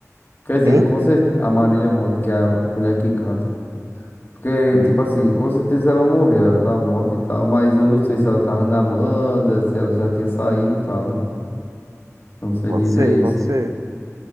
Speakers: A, on the left (about 35°); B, on the right (about 75°).
A: Quer dizer,
B: Quem?
A: com certeza, a Marília Monte, que é a mulher que canta. Porque,
B: Quem?
A: tipo assim, com certeza ela morreu, ela tá morta e tal, mas eu não sei se ela tava na banda, se ela já tinha saído e tal, né? Eu não sei
B: Pode
A: dizer
B: ser,
A: isso.
B: pode ser.